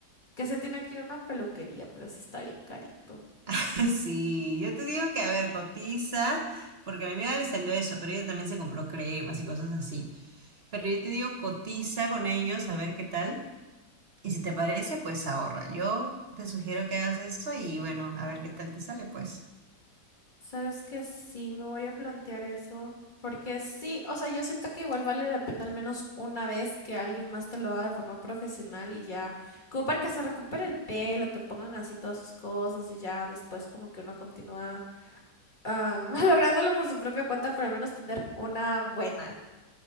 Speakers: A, on the left (about 30°); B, on the right (about 40°).
A: que se tiene que ir a una peluquería, pero sí está bien carito.
B: <laughs> Sí, yo te digo que, a ver, cotiza, porque a mi amiga le salió eso, pero ella también se compró cremas y cosas así. Pero yo te digo, cotiza con ellos, a ver qué tal. Y si te parece, pues ahorra. Yo te sugiero que hagas eso y bueno, a ver qué tal te sale, pues.
A: Sabes que sí, me voy a plantear eso, porque sí, o sea, yo siento que igual vale la pena al menos una vez que alguien más te lo haga de forma profesional y ya, como para que se recupere el pelo, te pongan así todas sus cosas y ya después como que uno continúa ah, <laughs> lográndolo por su propia cuenta, pero al menos tener una buena.